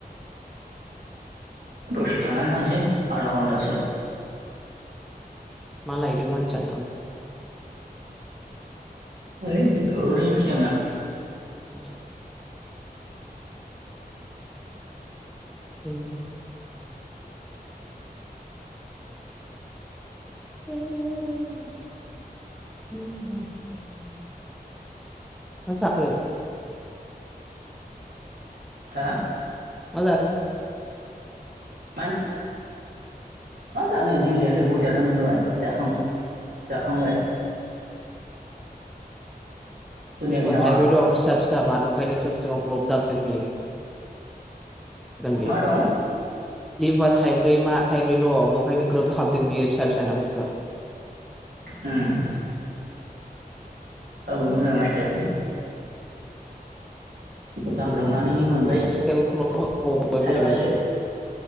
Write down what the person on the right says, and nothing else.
दसे थानानै थांसै आधा घन्टासो
ओइ ओरैनो फैदोंमोन आं
हा
<unintelligible> मा जानो जिउ जायाखै गयजादोंमोन दहाय जाखां जाखांबाय खोनायाखै
नामा
मा दं
ओम औ मोजांनायखायाखै दांग्रोमनानै मोनबाय
थाइबासो